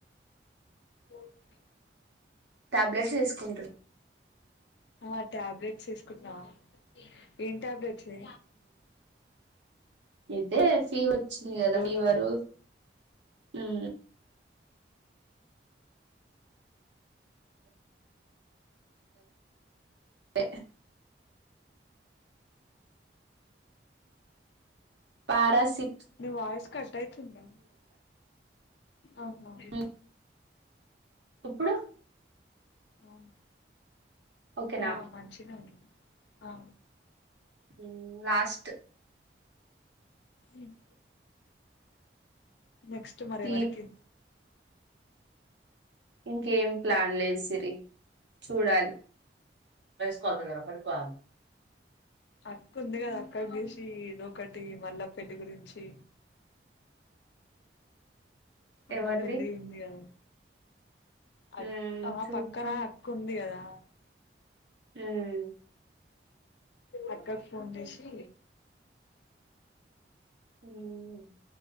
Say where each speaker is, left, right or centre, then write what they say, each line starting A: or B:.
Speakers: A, on the left; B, on the right.
A: ఓకే
B: టాబ్లెట్స్ వేసుకుంటు
A: ఆ టాబ్లెట్స్ వేసుకుంటున్నావా ఏం టాబ్లెట్ చే
B: ఇదే ఫీవర్ వచ్చింది కదా
A: డోలో
B: ఫీవరు ఉమ్ సే పారాసి
A: నీ వాయిస్ కట్ అయితుంది ఆహా
B: మ్మ్. ఇప్పుడు
A: అవును
B: ఓకేనా
A: ఆ మంచిగనే ఉంది ఆ
B: ఉమ్ లాస్ట్
A: ఉమ్ నెక్స్ట్ మరి ఎవరకి
B: ఈ ఇంకేం ప్లాన్ లేదు సిరి చూడాలి సదగ ర ఒక కాాల
A: అక్క ఉంది కదా అక్కకు చేసి ఒకటి మళ్ళా పెళ్లి గురించి అన్న
B: ఎవరిది
A: పెళ్లి ఉంది గదా అక
B: మ్మ్.
A: ఆ
B: చూద్దాం
A: పక్కన అక్క ఉంది కదా
B: ఉమ్
A: అక్కకి ఫోన్ చేసి
B: ఉ ఉమ్